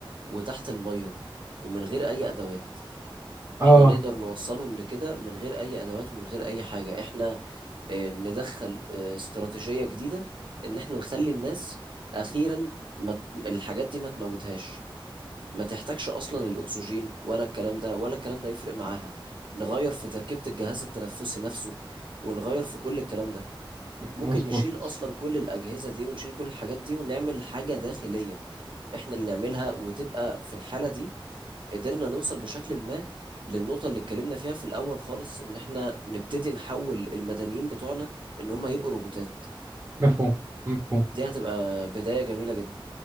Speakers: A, on the right; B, on the right.
A: وتحت المية ومن غير اي ادوات
B: اه
A: احنا نقدر نوصلهم لكده من غير اي ادوات ومن غير اي حاجة احنا آه، ندخل آه، استراتيجية جديدة ان احنا نخلي الناس اخيرا ما ت- الحاجات دي ما تموتهاش ما تحتاجش اصلا الاكسجين ولا الكلام ده ولا الكلام ده يفرق معاها نغير في تركيبة الجهاز التنفسي نفسه ونغير في كل الكلام ده ممكن
B: مظبوط
A: نشيل اصلا كل الاجهزة دي ونشيل كل الحاجات دي ونعمل حاجة داخلية احنا اللي نعملها وتبقى في الحالة دي قدرنا نوصل بشكل ما للنقطة اللي اتكلمنا فيها في الأول خالص إن إحنا نبتدي نحول المدنيين بتوعنا إن هم يبقوا روبوتات
B: مفهوم مفهوم
A: دي هتبقى بداية جميلة جدا